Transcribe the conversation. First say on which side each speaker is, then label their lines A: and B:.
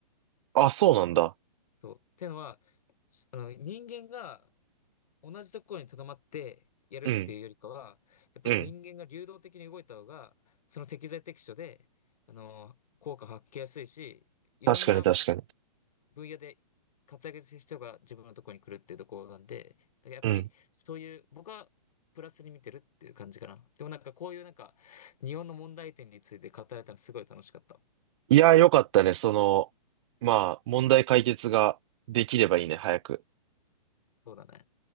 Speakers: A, on the right; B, on the left.
A: あ、そうなんだ。
B: そう。っていうのは、あの、人間が同じところに留まってやるっていうよりかは、
A: うん、
B: やっぱり人間が流動的に動いた方が、
A: うん。
B: その適材適所で、あの、効果発揮やすいし、いろんな
A: 確かに確かに。
B: 分野で活躍する人が自分のところに来るっていうところなんで、だからやっぱりそういう、
A: うん。
B: 僕はプラスに見てるっていう感じかな。でもなんかこういうなんか、日本の問題点について語られたのすごい楽しかった。
A: いやー、よかったね。その、まあ、問題解決ができればいいね、早く。
B: そうだね。